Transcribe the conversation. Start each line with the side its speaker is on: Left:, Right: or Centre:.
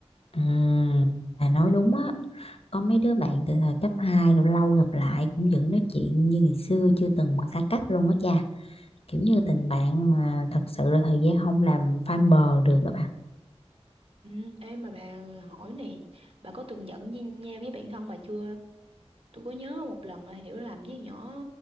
Left: À, bà nói đúng á, có mấy đứa bạn từ thời cấp 2 rồi lâu gặp lại cũng vẫn nói chuyện như ngày xưa chưa từng xa cách luôn á cha. Kiểu như tình bạn mà thật sự là thời gian không làm phai mờ được á bà.
Right: Ừ, ê mà bà hỏi này, bà có từng giận với nhau với bạn thân bà chưa? Tôi có nhớ một lần là hiểu làm với nhỏ